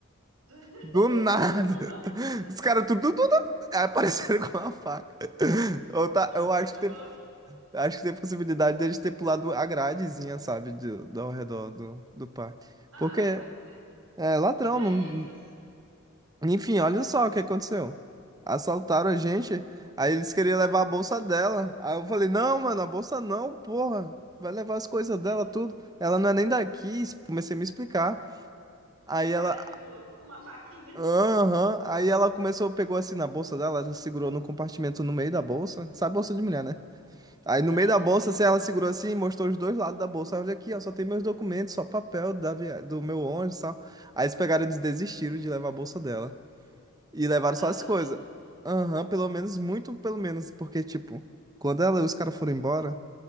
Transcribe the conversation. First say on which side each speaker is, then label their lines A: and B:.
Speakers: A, on the right; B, on the right.
A: <laughs> do,
B: Do nada.
A: tubo do mar. <laughs>
B: <laughs> Os caras tudo, tudo, tudo, aí apareceram <laughs> com uma faca. Eu, tá, eu
A: Muito
B: acho que tem,
A: bom.
B: acho que tem possibilidade deles ter pulado a gradezinha, sabe? Do, do, ao redor do, do parque.
A: Ah,
B: Porque
A: pode ser.
B: é ladrão,
A: Tá,
B: não.
A: e aí vocês
B: Enfim,
A: Tá,
B: olha
A: pode
B: só
A: continuar.
B: o que aconteceu. Assaltaram a gente,
A: Tá,
B: aí eles queriam levar a bolsa dela. Aí eu falei: "Não, mano, a bolsa não, porra. Vai levar as coisas dela
A: tem-
B: tudo. Ela não é nem daqui". Comecei a me explicar. Aí
A: E o cara,
B: ela,
A: tipo, com uma faquinha.
B: aham, Aí ela começou, pegou assim na bolsa dela, ela segurou no compartimento no meio da bolsa. Sabe bolsa de mulher, né? Aí no
A: Aham,
B: meio da bolsa,
A: sim.
B: assim, ela segurou assim e mostrou os dois lados da bolsa. Olha aqui, ó, só tem meus documentos, só papel da via... do meu ônibus e tal. Aí eles pegaram e desistiram de levar a bolsa dela. E levaram
A: Ah,
B: só as
A: pelo
B: coisas.
A: menos.
B: Aham, pelo menos, muito pelo menos, porque, tipo, quando ela e os caras foram embora,